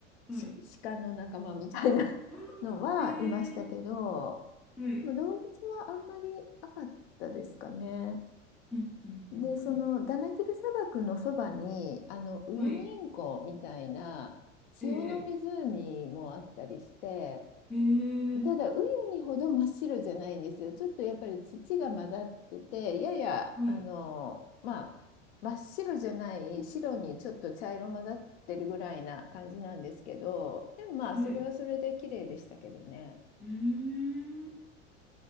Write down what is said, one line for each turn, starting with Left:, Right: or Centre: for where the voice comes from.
Centre: はい。
Left: し、鹿の仲間みたいな <laughs>
Centre: ああ、
Left: のはいましたけど、
Centre: へえはい。
Left: 動物はあんまりなかったですかね。
Centre: うんうんうんうん。
Left: で、そのダナキル砂漠のそばに、あのウユニ塩湖みたいな塩の湖もあったりして、
Centre: はい。ええええ
Left: ただウユニほど真っ白じゃないんですよ。ちょっとやっぱり土が混ざってて、ややあの、
Centre: はい、
Left: まあ、真っ白じゃない白にちょっと茶色混ざってるぐらいな感じなんですけど、でもまあそれはそれで綺麗でしたけどね。
Centre: はい。うーん。な